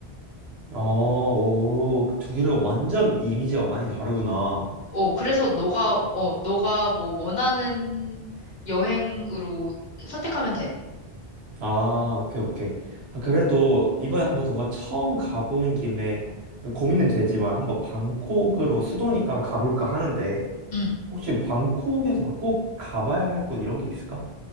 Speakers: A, on the right; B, on the left.
A: 어, 오, 그두 개를 완전 이미지가 많이 다르구나.
B: 어, 그래서 너가, 어, 너가 뭐 원하는 여행으로 선택하면 돼.
A: 아, 오케이, 오케이. 아, 그래도 이번에 한번 뭔가 처음 가보는 김에 좀 고민은 되지만 한번 방콕으로 수도니까 가볼까 하는데
B: 응.
A: 혹시 방콕에서 막 꼭 가봐야 할 곳 이런 게 있을까?